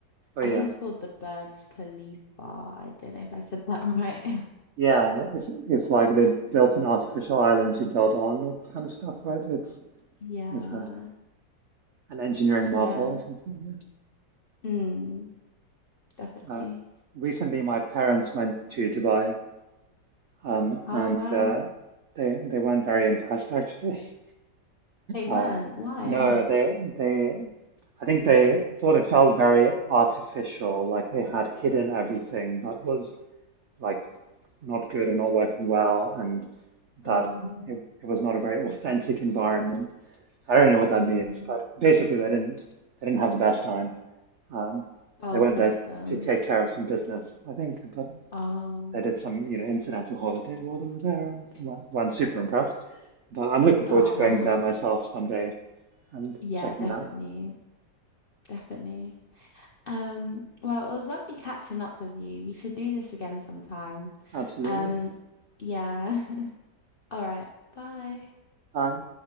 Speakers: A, on the right; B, on the left.
A: But yeah,
B: I think it's called the Burj Khalifa. I don't know if I said that <laughs> right.
A: yeah, and it's it's like they built an artificial island you build on all this kind of stuff, right? It's
B: Yeah.
A: it's a, an engineering
B: Yeah.
A: marvel or something.
B: Mm, definitely.
A: Yeah. Uh, recently, my parents went to Dubai Um,
B: Oh
A: and
B: wow.
A: uh, they they weren't very impressed actually. <laughs>
B: They weren't.
A: Uh,
B: Why?
A: no,
B: <laughs>
A: they they I think they thought it felt very artificial, like they had hidden everything that was like not good or not working well, and that
B: Mm,
A: it, it was not a very authentic environment. I don't know what that
B: mm.
A: means, but basically they didn't they didn't have the
B: mm.
A: best time. Um,
B: Oh,
A: they went
B: bless
A: there
B: them.
A: to take care of some business, I think, but
B: Oh.
A: they did some, you know, incidental holiday while they were there, and one, one super impressed. But I'm looking forward
B: Oh,
A: to going there myself someday and
B: yeah,
A: checking
B: definitely.
A: it out.
B: Definitely. Um, well, it was lovely catching up with you. We should do this again sometime.
A: Absolutely.
B: Um, yeah. <laughs> All right. Bye.
A: Bye.